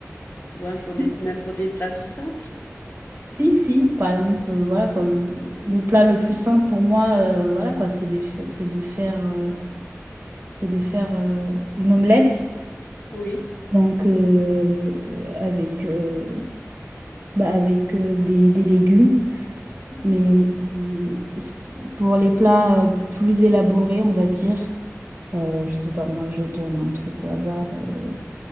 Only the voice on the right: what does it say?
Si,
si, si, par exemple, euh, voilà quoi, le, le plat le plus simple pour moi, euh, voilà quoi, c'est des fa- c'est de faire, euh, c'est de faire euh, une omelette,
donc euh, euh, avec, euh, bah, avec euh, des, des légumes. Mais
euh, c'est- pour les plats euh, plus élaborés, on va dire. Euh, je sais pas, moi, je donne un truc au hasard. euh,